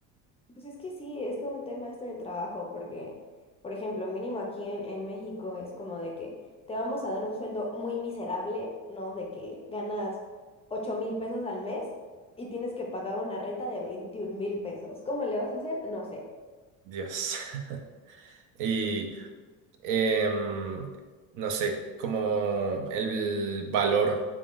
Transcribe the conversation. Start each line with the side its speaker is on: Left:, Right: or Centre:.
Left: Pues es que sí, es todo un tema esto del trabajo, porque, por ejemplo, mínimo aquí en, en México es como de que te vamos a dar un sueldo muy miserable, ¿no? De que ganas ocho mil pesos al mes y tienes que pagar una renta de veintiún mil pesos. ¿Cómo le vas a hacer? No sé.
Right: Dios. <laughs> Y em, no sé, como el valor